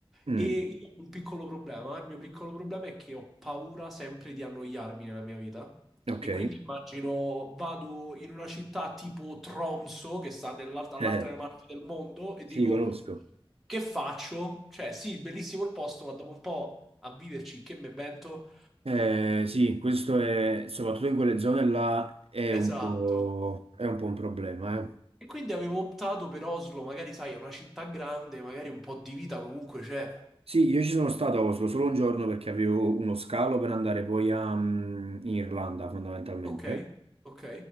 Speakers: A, on the right; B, in the centre.
A: Mm,
B: e io ho un piccolo problema. Il mio piccolo problema è che ho paura sempre di annoiarmi nella mia vita.
A: ok.
B: E quindi immagino vado in una città tipo Tromso, che sta nell'alt- all'altra
A: Eh,
B: parte del mondo, e
A: sì,
B: dico,
A: conosco.
B: che faccio? Cioè, sì, bellissimo il posto, ma dopo un po' a viverci, che me invento?
A: Eh, sì, questo è, soprattutto in quelle zone là, è un
B: Esatto.
A: po', è un po' un problema, eh.
B: E quindi avevo optato per Oslo, magari sai, è una città grande, magari un po' di vita comunque c'è.
A: Sì, io ci sono stato a Oslo solo un giorno perché avevo uno scalo per andare poi a, mm, in Irlanda fondamentalmente.
B: Ok, ok.